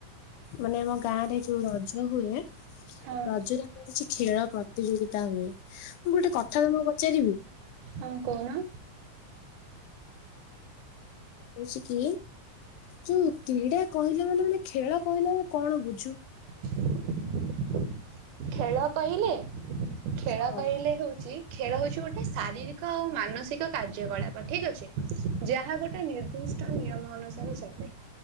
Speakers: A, on the left; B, on the right.
A: ମାନେ ଆମ ଗାଁ ରେ ଯୋଉ ରଜ ହୁଏ।
B: ହଁ
A: ରଜରେ ଆମର କିଛି ଖେଳ ପ୍ରତିଯୋଗିତା ହୁଏ ମୁଁ ଗୋଟେ କଥା ତମକୁ ପଚାରିବି?
B: ହଁ କହୁନ।
A: ହଉଚି କି ଯୋଉ କ୍ରୀଡା କହିଲେ ମାନେ ମାନେ ଖେଳ କହିଲେ ଆମେ କଣ ବୁଝୁ?
B: <unintelligible> ଖେଳ କହିଲେ ଖେଳ
A: ହଁ
B: କହିଲେ ହଉଚି ଖେଳ ହଉଚି ଗୋଟେ ଶାରୀରିକ କ ମାନସିକ କାର୍ଯ୍ୟକଳାପ ଠିକି ଅଛି ଯାହା ଗୋଟେ ନିର୍ଦ୍ଦିଷ୍ଟ ନିୟମ ଅନୁସାରେ ଚାଲେ।